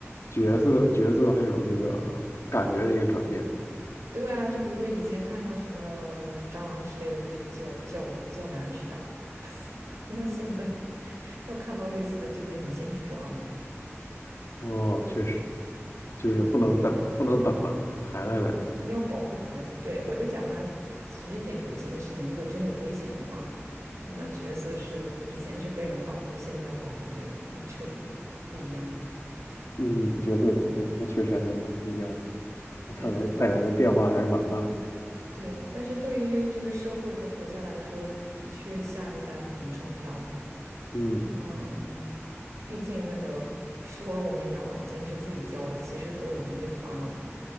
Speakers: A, on the left (about 65°); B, on the right (about 85°).
A: 角色角色还有这个感觉的一个转变。
B: 对啊，就比如说以前看到什么蟑螂之类的，就叫叫叫男人去打，<laughs> 那现在 <laughs> 要看到类似的，就得你先去抓嘛。
A: 哦，确实，就是不能等不能等了，
B: 对对对。
A: 这个还来来，
B: 你要保护孩子。对，我这讲的还只是一点恶心的事情，如果真的有危险的话，那角色是以前是被人保护，现在要保护别人，那彻底不一样了。
A: 嗯，角色转变，那确实还是蛮不一样的。那看来带来的变化还是蛮大的。
B: 对对对对，但是对于就是社会和国家来说，的确下一代很重要。
A: 嗯
B: 嗯，毕竟那个说我们养老金是自己交的，其实都已经被花了嘛，